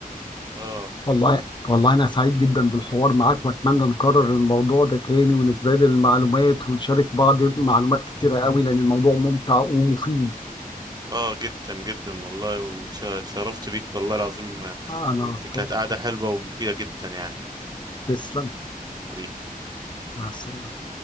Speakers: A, on the right; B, on the left.
A: اه
B: والله والله أنا سعيد جدا بالحوار معاك وأتمنى نكرر الموضوع ده تاني ونتبادل المعلومات ونشارك بعض معلومات كتيرة قوي لأن الموضوع ممتع ومفيد
A: اه جدا جدا والله وتشرفت بيك والله العظيم
B: أنا
A: كانت
B: أكتر
A: كانت قاعدة حلوة ومفيدة جدا يعني
B: تسلم
A: حبيبي
B: مع السلامة